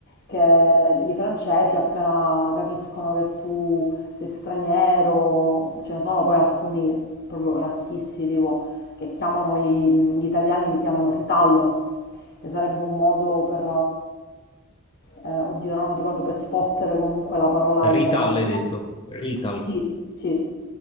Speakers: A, on the left; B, on the left.
A: che i francesi appena capiscono che tu sei straniero, ce ne sono poi alcuni proprio razzisti, tipo, che chiamano i- gli italiani, li chiamano ritallo che sarebbe un modo per, eh, eh, oddio, no, non ricordo, per sfottere comunque la parola italiana.
B: Rital hai detto? Rital.
A: Sì, sì.